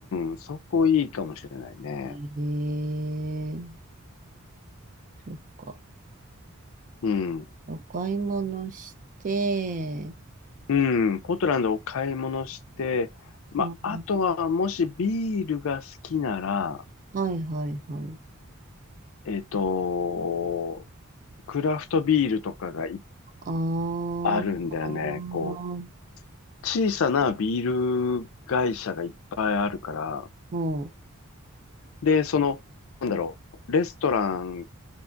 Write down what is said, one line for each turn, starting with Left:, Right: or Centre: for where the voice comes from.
Left: ん、そこいいかもしれないね。
Right: へえ、そっか。
Left: うん。
Right: お買い物して、
Left: うん、ポートランドを買い物して、まあ、
Right: あ
Left: あとは、もしビールが好きなら、
Right: はいはいはい。
Left: えっと、クラフトビールとかがい
Right: あー、
Left: あるんだよね。
Right: あー、
Left: こう、小さなビール会社がいっぱいあるから、
Right: も
Left: で、その、なんだろう、レストラン